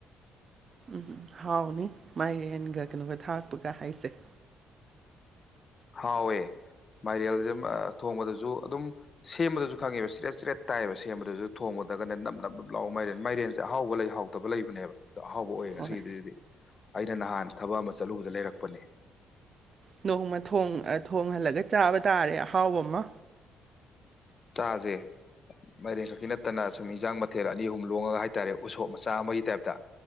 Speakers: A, on the right; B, on the left.
A: ꯎꯝ ꯍꯥꯎꯅꯤ ꯃꯥꯏꯔꯦꯟꯒ ꯀꯩꯅꯣꯒ ꯊꯥꯛꯛꯄꯒ ꯍꯥꯏꯁꯦ
B: ꯍꯥꯎꯋꯦ ꯃꯥꯏꯔꯦꯜꯁꯦ ꯊꯣꯡꯕꯗꯁꯨ ꯑꯗꯨꯝ ꯁꯦꯝꯕꯗꯁꯨ ꯈꯪꯉꯦꯕ ꯆꯔꯠ ꯆꯤꯔꯦꯠ ꯇꯥꯏꯌꯦꯕ ꯁꯦꯝꯕꯗꯁꯨ ꯊꯣꯡꯒꯗꯒꯅꯦ ꯅꯝ ꯅꯞ ꯅꯞ ꯂꯥꯛꯑꯣ ꯃꯥꯏꯔꯦꯟ ꯃꯥꯏꯔꯦꯟꯁꯦ ꯑꯍꯥꯎꯕ ꯂꯩꯍꯥꯎꯗꯕ ꯂꯩꯕꯅꯦꯕ ꯑꯗꯣ ꯑꯍꯥꯎꯕ ꯑꯣꯏꯌꯦ ꯉꯁꯤꯗꯨꯗꯤ
A: ꯍꯣꯏ
B: ꯑꯩꯅ ꯅꯍꯥꯟ ꯊꯕꯛ ꯑꯃ ꯆꯠꯂꯨꯕꯗ ꯂꯩꯔꯛꯄꯅꯦ
A: ꯅꯣꯡꯃ ꯊꯣꯡꯍꯜꯂꯒ ꯆꯥꯕ ꯇꯥꯔꯦ ꯑꯍꯥꯎꯕ ꯑꯃ
B: ꯆꯥꯁꯦ ꯃꯔꯦꯡ ꯈꯛꯀꯤ ꯅꯠꯇꯅ ꯁꯨꯝ ꯏꯟꯖꯥꯡ ꯃꯊꯦꯜ ꯑꯅꯤ ꯑꯍꯨꯝ ꯂꯣꯡꯉꯒ ꯍꯥꯏꯦ ꯍꯥꯏꯇꯥꯔꯦ ꯎꯁꯣꯞ ꯃꯆꯥ ꯑꯃꯒꯤ ꯇꯥꯏꯞꯇ